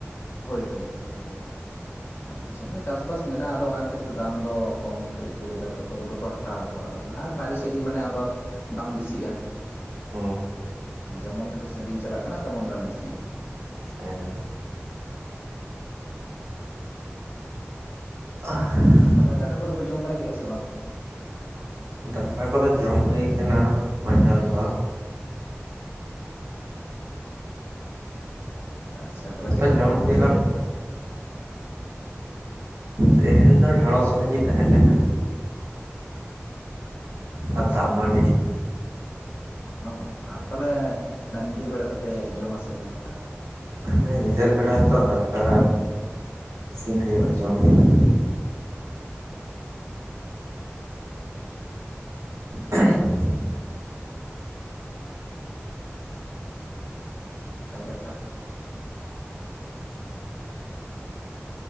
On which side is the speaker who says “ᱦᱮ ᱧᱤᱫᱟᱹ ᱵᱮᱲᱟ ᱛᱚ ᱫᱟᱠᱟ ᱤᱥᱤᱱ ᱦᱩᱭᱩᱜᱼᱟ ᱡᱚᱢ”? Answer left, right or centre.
Right